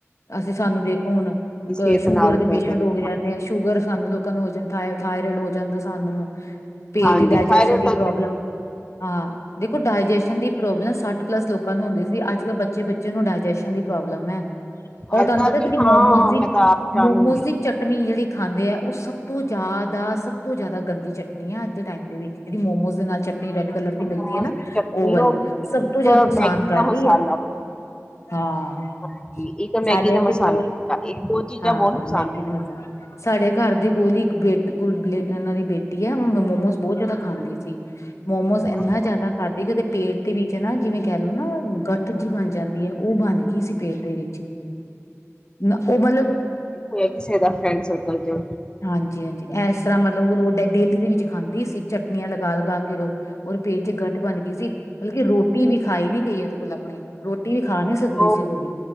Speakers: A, on the left; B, on the left.
A: ਅਸੀਂ ਸਾਨੂੰ ਦੇਖੋ ਹੁਣ,
B: ਦੀ ਸਿਹਤ
A: ਕਦੇ ਸ਼ੂਗਰ
B: ਨਾਲ
A: ਦੇ ਪੇਸ਼ੈਂਟ
B: ਕਰਦੇ ਨੁਕਸਾਨ
A: ਹੋਗ ਜਾਂਦੇ ਆ। ਸ਼ੂਗਰ ਸਾਨੂੰ ਲੋਕਾਂ ਨੂੰ ਹੋ ਜਾਂਦਾ, ਥਾਇ ਥਾਇਰੋਇਡ ਹੋ ਜਾਂਦਾ ਸਾਨੂੰ, ਪੇਟ
B: ਹਾਂਜੀ
A: ਦੀ ਡਾਇਜੈ
B: ਥਾਇਰਡ ਦਾ
A: ਲਮ ਹਾਂ। ਦੇਖੋ, ਡਾਇਜੈਸ਼ਨ ਦੀ ਪ੍ਰੋਬਲਮ ਸੱਠ ਪਲੱਸ ਲੋਕਾਂ ਨੂੰ ਹੁੰਦੀ ਸੀ। ਅੱਜ-ਕੱਲ੍ਹ ਬੱਚੇ ਬੱਚੇ ਨੂੰ ਪ੍ਰੋਬਲਮ ਐ। ਹੋਰ
B: ਅੱਜਕੱਲ
A: ਤੁਹਾਨੂੰ ਪਤਾ
B: ਜੀ
A: ਜਿਹੜੀ
B: ਹਾਂ
A: ਮੋਮੋਜ,
B: ਮੈਂ ਤਾਂ ਆਪ ਹੈਰਾਨ
A: ਮੋਮੋਜ਼
B: ਹੁੰਨੀ ਆ।
A: ਦੀ ਚਟਨੀ ਜਿਹੜੀ ਖਾਂਦੇ ਆ ਉਹ ਸਭ ਤੋਂ ਜ਼ਿਆਦਾ ਸਭ ਤੋਂ ਜ਼ਿਆਦਾ, ਗੰਦੀ ਚਟਨੀ ਹੈ ਅੱਜ ਦੇ ਟਾਈਮ ਦੇ ਵਿੱਚ। ਜਿਹੜੀ ਮੋਮੋਜ਼ ਦੇ ਨਾਲ਼ ਚਟਨੀ ਰੈੱਡ ਕਲ਼ਰ
B: ਇੱਕ
A: ਦੀ
B: ਮੋਮੋਸ
A: ਮਿਲਦੀ ਆ ਨਾ।
B: ਦੀ ਚਟਨੀ
A: ਉਹ ਵਾਲੀ
B: ਹੋ ਗਈ,
A: ਸਭ
B: ਇੱਕ
A: ਤੋਂ ਜ਼ਿਆਦਾ ਨੁਕਸਾਨ
B: ਮੈਗੀ
A: ਕਰ
B: ਦਾ
A: ਰਹੀ
B: ਮਸਾਲਾ
A: ਆ
B: ਹੋ
A: ਹਾਂ
B: ਗਈ, ਇੱਕ ਮੈਗੀ
A: ਸਾਡੇ
B: ਦਾ
A: ਇੱਥੇ
B: ਮਸਾਲਾ
A: ਕੋਲ਼,
B: ਹੋ ਗਿਆ। ਇਹ ਦੋ ਚੀਜ਼ਾਂ
A: ਹਾਂ
B: ਬਹੁਤ ਪਸੰਦ
A: ਮੈਗੀ ਦੇ ਨੁਕਸਾਨ ਸਾਡੇ ਘਰ ਦੇ ਕੋਲ਼ ਹੀ ਇੱਕ ਬੇ ਬੇ ਉਹਨਾਂ ਦੀ ਬੇਟੀ ਐ ਉਹ ਨੂੰ ਮੋਮੋਸ ਬਹੁਤ ਜ਼ਿਆਦਾ ਖਾਂਦੀ ਸੀ। ਮੋਮੋਸ ਇੰਨਾ
B: ਹਾਂਜੀ,
A: ਜ਼ਿਆਦਾ ਖਾਧੇ ਕਿ ਉਹਦੇ ਪੇਟ ਦੇ ਵਿੱਚ ਨਾ ਜਿਵੇਂ ਕਹਿ ਲਓ ਨਾ ਗੱਠ ਜੀ ਬਣ ਜਾਂਦੀ ਐ ਉਹ ਬਣ ਗਈ ਸੀ ਪੇਟ ਦੇ ਵਿੱਚ, ਨਾ ਉਹ ਮਤਲਬ
B: ਹੋਇਆਂ ਕਿਸੇ ਦਾ ਫਰੈਂਡ ਸਰਕਲ ਦਿਓ
A: ਹਾਂਜੀ-ਹਾਂਜੀ ਇਸ ਤਰ੍ਹਾਂ ਮਤਲਬ ਉਹਦੋ ਡੇਲੀ-ਡੇਲੀ ਵਿੱਚ ਖਾਂਦੀ ਚਟਨੀਆਂ ਲਗਾ ਲਗਾ ਕੇ ਰੋ ਔਰ ਪੇਟ 'ਚ' ਗੱਠ ਬਣ ਗਈ ਸੀ, ਮਤਲਬ ਕਿ ਰੋਟੀ ਵੀ ਖਾਈ ਨੀ ਗਈ ਉਹਦੇ ਕੋਲ਼ ਆਪਣੇ ਰੋਟੀ ਵੀ ਖਾ ਨ੍ਹੀਂ ਸਕਦੀ
B: ਉਹ
A: ਸੀ ਕੁੜੀ